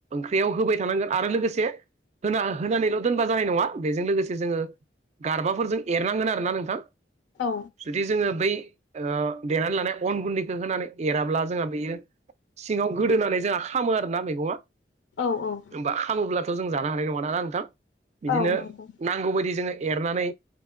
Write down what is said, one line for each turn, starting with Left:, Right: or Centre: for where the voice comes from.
Right: बेयाव होबाय थानांगोन आरो लोगोसे होना होनानैल' दोन होबा जानाय नङा बेजों लोगोसे जोङो गारबाफोरजों एरनांगोन आरोना नोंथां
Left: औ
Right: जुदि जोङो बै ओ देनानै लानाय अन गुन्दैखौ होनानै एराब्ला जोंहा बेयो सिङाव गोदोनानै जोंहा खामो आरोना मैगङा
Left: औ औ
Right: होमबा खामोब्लाथ' जों जानो हानाय नङा ना नोंथां बिदिनो
Left: औ नंगौ
Right: नां गौ बायदि जोङो एरनानै